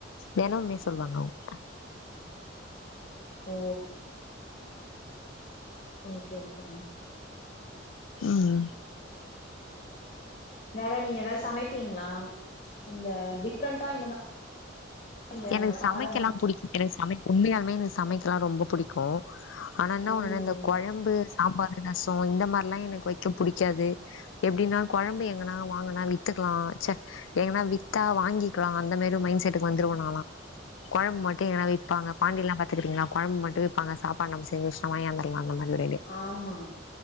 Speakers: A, on the left; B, on the left.
A: தெனமுமே சொல்லுவாங்க அவுங்க
B: ஓ ஓகே ஓகே மேடம்
A: ம்
B: வேற நீங்க ஏதாவது சமைப்பீங்களா இந்த டிஃப்ரெண்டா இந்த மாரி இந்த
A: எனக்கு
B: காரமா
A: சமைக்கலாம் புடிக்கும் எனக்கு சமைக்கலா புடிக் உண்மையாலுமே எனக்கு சமைக்கலா ரொம்ப புடிக்கு க்கு ஆனா என்ன
B: ம்
A: ஒண்ணுன்னா இந்த
B: ம்
A: கொழம்பு சாம்பாரு ரசம் இந்த மாரில்லா எனக்கு வைக்க புடிக்காது எப்டின்னா கொழம்பு எங்கனா வாங்கனா வித்துக்கலா ச எங்கனா வித்தா வாங்கிக்கலா அந்த மாரி மைண்ட் செட் வந்துருவனாலா கொழம்பு மட்டு எதனா விப்பாங்க பாண்டிலல்லா பாத்துக்கறீங்களா கொழம்ப மட்டு விப்பாங்க சாப்பாடு நம்ம செஞ்ச வச் சமயாந்தரலா அந்த மாரி ஒரு ஐடியா
B: ஆமா